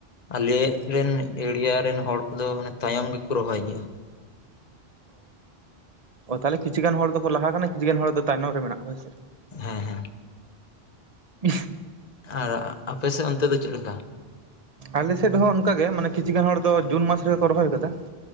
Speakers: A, on the left; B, on the right.
A: ᱟᱞᱮ ᱨᱮᱱ ᱮᱲᱤᱭᱟ ᱨᱮᱱ ᱦᱚᱲ ᱠᱚ ᱫᱚ ᱢᱟᱱᱮ ᱛᱟᱭᱚᱢ ᱜᱮ ᱠᱚ ᱨᱚᱦᱚᱭ ᱜᱮᱭᱟ ᱾
B: ᱚ ᱛᱟᱦᱚᱞᱮ ᱠᱤᱪᱷᱩ ᱜᱟᱱ ᱦᱚᱲ ᱫᱚ ᱠᱚ ᱞᱟᱦᱟ ᱠᱟᱱᱟ, ᱠᱤᱪᱷᱩ ᱜᱟᱱ ᱦᱚᱲ ᱫᱚ ᱛᱟᱭᱱᱚᱢ ᱨᱮ ᱢᱮᱱᱟᱜ ᱠᱚᱣᱟ ᱥᱮ ᱾
A: ᱦᱮᱸ, ᱦᱮᱸ ᱾
B: <inaudible>
A: ᱟᱨ ᱟᱯᱮ ᱥᱮᱫ ᱚᱱᱛᱮ ᱫᱚ ᱪᱮᱫ ᱞᱮᱠᱟ?
B: ᱟᱞᱮ ᱥᱮᱫ ᱦᱚᱸ ᱚᱱᱠᱟ ᱜᱮ, ᱢᱟᱱᱮ ᱠᱤᱪᱷᱩ ᱜᱟᱱ ᱦᱚᱲ ᱫᱚ ᱡᱩᱱ ᱢᱟᱥ ᱨᱮᱜᱮ ᱠᱚ ᱨᱚᱦᱚᱭ ᱠᱟᱫᱟ